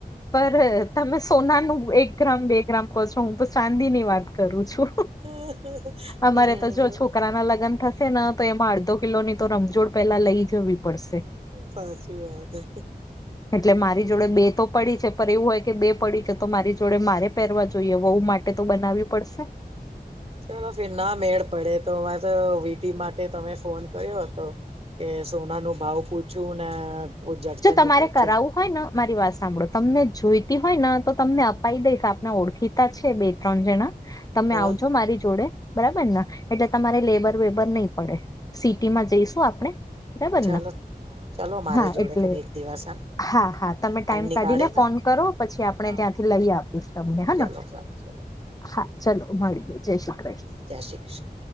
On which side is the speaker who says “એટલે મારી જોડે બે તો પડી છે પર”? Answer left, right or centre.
Left